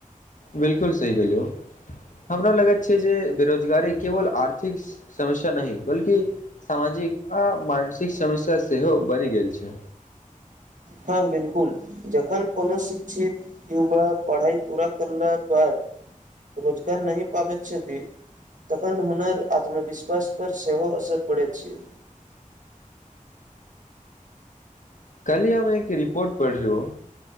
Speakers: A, on the left; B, on the right.
A: बिल्कुल सही कियौ हमरा लगैत छै जे बेरोजगारी केवल आर्थिक स समस्या नहि बल्कि सामाजिक आ मानसिक समस्या सेहो बनि गेल छै
B: हँ बिलकुल जखन कोनो शिक्षित युवा पढ़ाई पूरा करला के बाद रोजगार नहि पाबैत छति तखन हुनर आत्मविश्वास पर सेहो असर पड़े छिये
A: कल ही हम एक रिपोर्ट पढ़लु